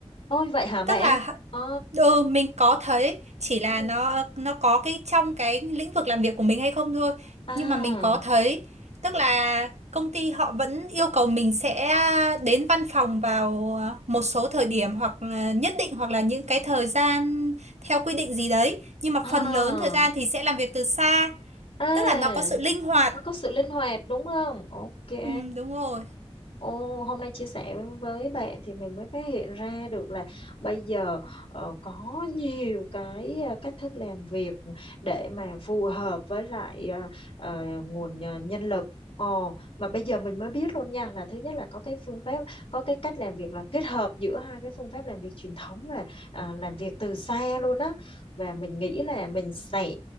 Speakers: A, on the left (about 60°); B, on the right (about 80°).
A: ôi vậy hả bạn
B: tức là
A: ờ
B: Ừ, mình có thấy chỉ là
A: ừ.
B: nó nó có cái trong cái lĩnh vực làm việc của mình hay không thôi
A: à
B: nhưng mà mình có thấy tức là công ty họ vẫn yêu cầu mình sẽ à, đến văn phòng vào một số thời điểm hoặc là nhất định hoặc là những cái thời gian theo quy định gì đấy nhưng mà
A: à
B: phần lớn thời gian thì sẽ làm việc từ xa
A: à
B: tức là nó có sự linh hoạt
A: nó có sự linh hoạt đúng không ok
B: ừ, đúng rồi
A: Ồ, hôm nay chia sẻ với bạn thì mình mới phát hiện ra được là bây giờ ờ, có nhiều cái ờ, cách thức làm việc để mà phù hợp với lại ờ, ờ, nguồn ờ, nhân lực. Ồ, mà bây giờ mình mới biết luôn nha là thứ nhất là có cái phương pháp, có cái cách làm việc là kết hợp giữa hai cái phương pháp làm việc truyền thống và à, làm việc từ xa luôn á. Và mình nghĩ là mình sẽ